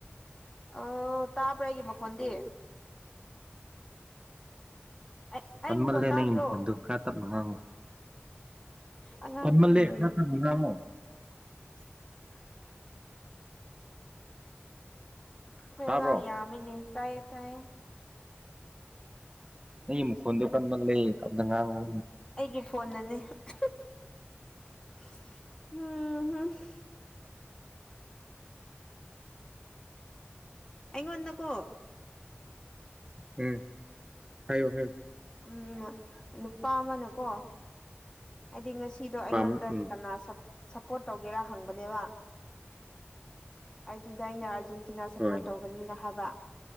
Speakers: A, on the left; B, on the right.
A: ꯑ ꯇꯥꯕ꯭ꯔ ꯑꯩꯒꯤ ꯃꯈꯣꯟꯗꯤ ꯑꯩ ꯑꯩ
B: ꯀꯟꯃꯜꯂꯦ
A: ꯃꯈꯣꯟ ꯇꯥꯗ꯭ꯔꯣ
B: ꯅꯪꯒꯤ ꯃꯈꯣꯟꯗꯣ ꯈꯔ ꯇꯞꯅ ꯉꯥꯡꯉꯣ
A: ꯑꯉꯥꯡꯁꯤꯡ
B: ꯀꯟꯃꯜꯂꯦ
A: ꯂꯩꯕ
B: ꯈꯔ ꯇꯞꯅ ꯉꯥꯡꯉꯣ
A: INAUDIBLE ꯑꯩꯈꯣꯏ
B: ꯇꯥꯕ꯭ꯔꯣ
A: ꯑꯉꯥꯡ ꯌꯥꯝꯃꯤꯅꯦ ꯇꯥꯏꯌꯦ ꯇꯥꯌꯦ
B: ꯅꯪꯒꯤ ꯃꯈꯣꯟꯗꯨ ꯀꯟꯃꯟꯂꯦ ꯇꯞꯅ ꯉꯥꯡꯉꯨ
A: ꯑꯩꯒꯤ ꯐꯣꯟꯅꯅꯤ INAUDIBLE ꯑꯩꯉꯣꯟꯗꯥꯀꯣ
B: ꯎꯝ ꯍꯥꯏꯌꯣ ꯍꯥꯏꯌꯣ
A: ꯎꯝ ꯅꯨꯄꯥ ꯑꯃꯥꯅꯀꯣ ꯍꯥꯏꯗꯤ ꯉꯁꯤ ꯁꯤꯗꯣ ꯑꯩꯉꯣꯟꯗ
B: ꯄꯥꯝ ꯎꯝ
A: ꯀꯅꯥ ꯁꯞ ꯁꯞꯄꯣꯔꯠ ꯇꯧꯒꯦꯔꯥ ꯍꯪꯕꯅꯦꯕ ꯑꯗꯨꯗꯨꯗ ꯑꯩꯅ ꯑꯥꯔꯖꯦꯟꯇꯤ
B: ꯍꯣꯏ
A: ꯁꯞꯄꯣꯔꯠ ꯇꯧꯒꯅꯤꯅ ꯍꯥꯏꯕ